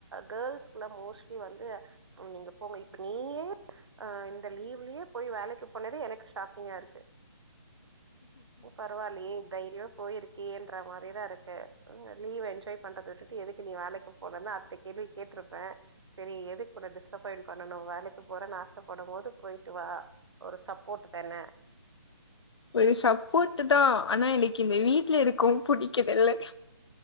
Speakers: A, on the right; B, on the left.
A: கேர்ள்ஸ்க்க எல்லாம் மோஸ்ட்லி வந்து நீங்க போங்க இப்ப நீயே அஹ் இந்த லீவ்லயே போய் வேலைக்கு போனதே எனக்கு ஷாக்கிங்கா இருக்கு பரவாலி தைரியம் போயிருக்கேன்ற மாதிரிதான் இருக்கு லீவ் என்ஜாய் பண்றத விட்டுட்டு எதுக்கு நீ வேலைக்கு போனும் தான் அத்தை கேள்வி கேட்டிருப்பேன் சரி எதுக்கு உ டிசப்பாயிண்ட் பண்ணணும் வேலைக்கு போறேன்னு ஆசைப்படும் போோது போயிட்டு வா ஒரு சப்போர்ட்ட் தானே
B: ஒரு சப்போர்ட்ட் தான் ஆனா எனக்கு இந்த வீட்டுல இருக்கும்வும் பிடிக்கதல